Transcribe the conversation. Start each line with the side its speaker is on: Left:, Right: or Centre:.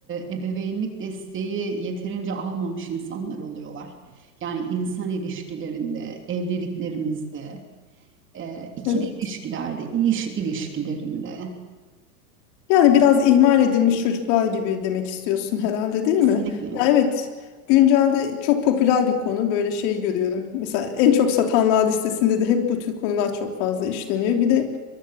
Right: ebeveynlik desteği yeterince almamış insanlar oluyorlar. Yani insan ilişkilerinde, evliliklerimizde, e, ikili
Left: evet.
Right: ilişkilerde, iş ilişkilerinde
Left: Yani biraz ihmal edilmiş çocuklar gibi demek istiyorsun herhalde, değil
Right: kesinlikle.
Left: mi? Ya evet. Güncelde çok popüler bir konu. Böyle şey görüyorum. Mesela en çok satanlar listesinde de hep bu tür konular çok fazla işleniyor. Bir de